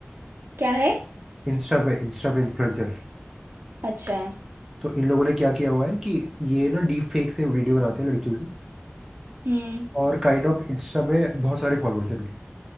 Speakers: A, on the right; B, in the centre.
A: क्या है
B: इंस्टा पे इंस्टा पे इन्फ्लुएंसर
A: अच्छा
B: तो इन लोगों ने क्या किया हुआ है कि ये ना डीप फेक से वीडियो बनाते हैं लड़कियों की
A: हम्म
B: और काइंड ऑफ इंस्टा पे बहुत सारे फॉलोअर्स हैं इनके